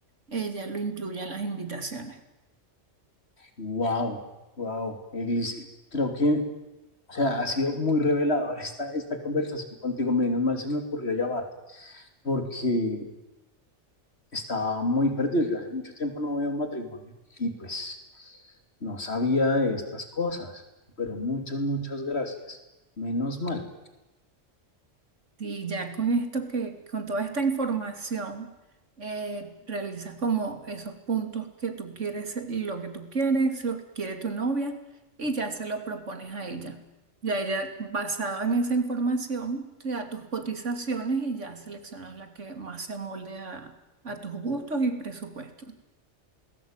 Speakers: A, on the right; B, on the left.
A: ella lo incluya en las invitaciones.
B: ¡Wow! ¡Wow! Eglis, creo que, o sea, ha sido muy revelador esta, esta conversación contigo. Menos mal se me ocurrió llamarte, porque estaba muy perdido. Yo hace mucho tiempo no voy a un matrimonio y pues no sabía de estas cosas, pero muchas, muchas gracias. Menos mal.
A: Sí, ya con esto que, con toda esta información, eh, realizas como esos puntos que tú quieres, lo que tú quieres, lo que quiere tu novia, y ya se lo propones a ella. Ya ella, basado en esa información, te da tus cotizaciones y ya seleccionas la que más se amolde a, a tus gustos y presupuestos.